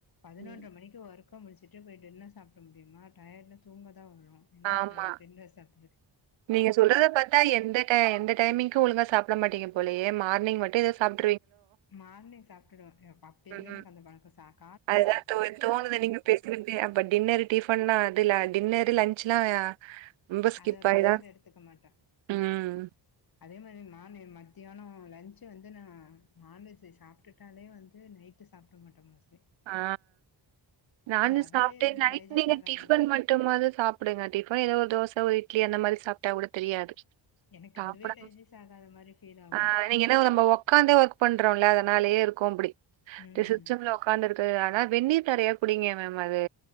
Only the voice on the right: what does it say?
ம்
ஆமா
நீங்க சொல்றத பாத்தா எந்த எந்த டைமிங்க்கு ஒழுங்கா சாப்ட மாட்டீங்க போலயே மார்னிங் மட்டு எதோ சாப்
ம்
அதுதா தோ தோணுது நீங்க பேசுறப்பே அப்ப டின்னர்ரு டிஃபன்னா அதுல டின்னர் லன்ச்லா ரொம்ப ஸ்கிப்
ஆயிதா
ம்
ஆ நான்வெஜ்
சாப்ட்டே
நைட்
நீங்க
டிஃபன்
மட்டுமாது சாப்டுங்க டிஃபன் எதோ ஒரு தோச ஒரு இட் லி அந்த மாரி சாப்ட்டா கூட தெரியாது
சாப்படாம
ஆ நீங்க எதோ நம்ம ஒக்காந்தே ஒர்க் பண்றோல அத னாலேயே இருக்கு அப்டி
இந்த சிஸ்டம்ல உக்காந்துருக்கு அதனா வெந்நீர் நறையா குடிங்க மேம் அது